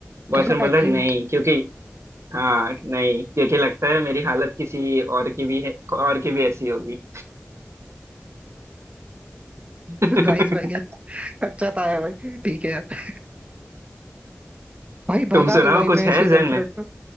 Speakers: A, on the right (about 80°); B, on the right (about 25°).
A: बॉयफ्रेंड
B: <laughs>
A: बोलता है
B: क्यूट
A: नहीं क्योंकि हाँ नहीं क्योंकि लगता है मेरी हालत किसी और की भी है और की भी ऐसी होगी <laughs>
B: नाइस भाई अच्छा था यार भाई ठीक है यार भाई भगा
A: तुम सुनाओ
B: दूं भाई
A: कुछ
B: मैं
A: है
B: ऐसी गर्लफ्रेंड
A: जहन में
B: को